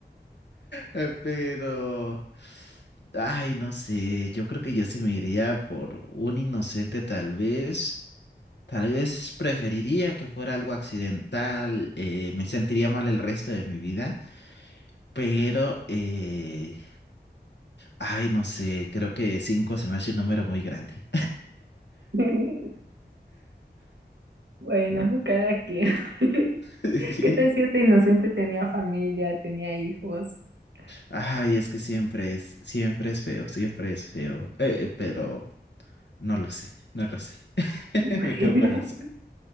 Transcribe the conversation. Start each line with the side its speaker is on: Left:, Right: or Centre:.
Left: eh, pero, ay, no sé, yo creo que yo se me iría por un inocente tal vez. Tal vez preferiría que fuera algo accidental, eh, me sentiría mal el resto de mi vida, pero, eh, ay, no sé, creo que cinco se me hace un número muy grande.
Right: <laughs> Bueno, cada quien. <laughs>
Left: <laughs> Sí.
Right: ¿Qué tal si este inocente tenía familia, tenía hijos? <laughs>
Left: Ay, es que siempre es, siempre es feo, siempre es feo, eh, pero no lo sé, no lo sé. <laughs>
Right: Bueno,
Left: Me quedo con eso.